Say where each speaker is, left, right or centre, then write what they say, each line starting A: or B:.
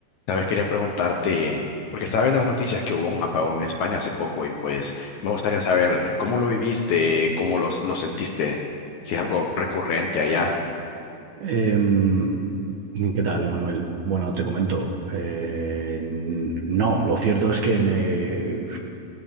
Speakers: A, on the left; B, on the right.
A: Sabes, quería preguntarte, porque estaba viendo las noticias que hubo un apagón en España hace poco y pues me gustaría saber cómo lo viviste, cómo los- lo sentiste, si es algo recurrente allá.
B: Em, ¿qué tal, Emanuel? Bueno, te comento. eh, n- no, lo cierto es que eh,